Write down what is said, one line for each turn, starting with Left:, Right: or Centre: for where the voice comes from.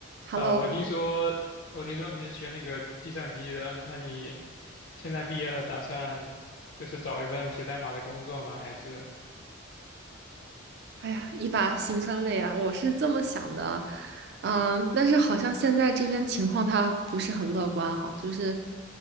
Right: Hello，
Left: 呃，我听说，我听说你是学那个计算机的，那你现在毕业了，打算就是找一份写代码的工作吗？还是
Right: 哎呀，一把辛酸泪啊！我是这么想的，嗯，但是好像现在这边情况他不是很乐观哈，就是